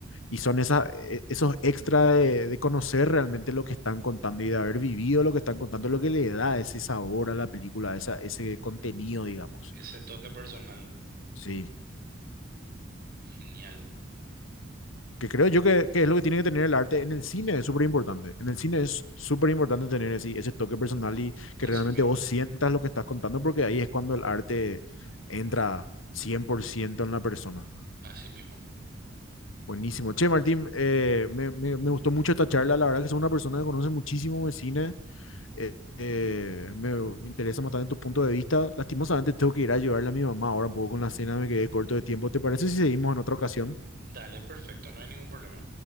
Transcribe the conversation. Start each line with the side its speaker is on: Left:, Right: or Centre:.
Left: y son esa, e- esos extra de, de conocer realmente lo que están contando y de haber vivido lo que están contando, lo que le da ese sabor a la película, esa, ese contenido, digamos.
Right: ese toque personal,
Left: Sí.
Right: genial,
Left: Que creo yo que, que es lo que tiene que tener el arte en el cine, es súper importante. En el cine es súper importante tener ese ese toque personal y
Right: así
Left: que realmente
Right: mismo,
Left: vos sientas lo que estás contando, porque ahí es cuando el arte entra 100% en la persona.
Right: así mismo.
Left: Buenísimo. Che, Martín, eh, me, me- me gustó mucho esta charla. La verdad que soy una persona que conoce muchísimo de cine. Eh, eh, me, me interesa bastante tu punto de vista. Lastimosamente tengo que ir a ayudarle a mi mamá ahora un poco con la cena, me quedé corto de tiempo. ¿Te parece si seguimos en otra ocasión?
Right: Dale, perfecto, no hay ningún problema.